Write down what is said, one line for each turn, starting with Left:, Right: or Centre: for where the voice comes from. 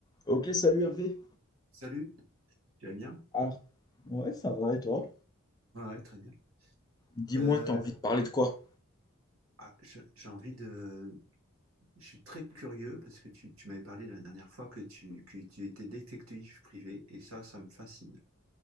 Left: Ok, salut Hervé.
Right: Salut, tu vas bien?
Left: Alors, Ouais, ça va et toi?
Right: Ouais, ouais, très bien.
Left: dis-moi,
Right: Euh,
Left: t'as envie de parler de quoi?
Right: ah, je- j'ai envie de. Je suis très curieux parce que tu, tu m'avais parlé la dernière fois que tu, que tu étais détective privé et ça, ça me fascine.